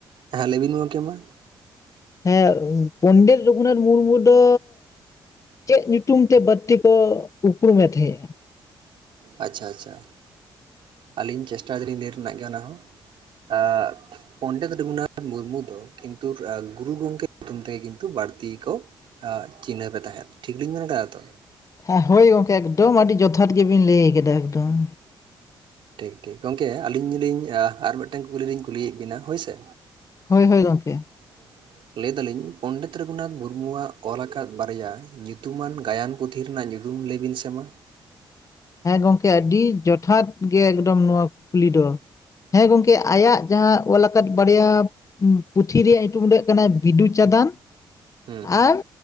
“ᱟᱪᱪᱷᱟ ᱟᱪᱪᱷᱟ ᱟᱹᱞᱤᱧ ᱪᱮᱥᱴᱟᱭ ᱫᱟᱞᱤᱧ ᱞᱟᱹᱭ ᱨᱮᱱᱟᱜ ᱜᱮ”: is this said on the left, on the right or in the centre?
Right